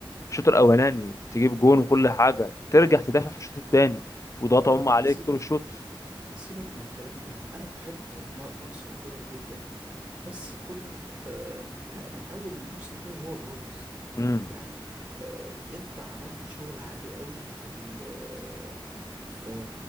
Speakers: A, on the left; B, on the right.
A: الشوط الاولاني تجيب جون وكل حاجه ترجع تدافع في الشوط الثاني وضغط
B: يا باشا
A: هم عليك
B: سيبك
A: طول الشوط
B: سيبك من الكلام ده انا بحب مار- مارسيل كولر جدا بس كولر آه لا من اول الموسم ده وهو بايظ
A: امم
B: يعني آه انت عملت شغل عالي قوي في ال آه، في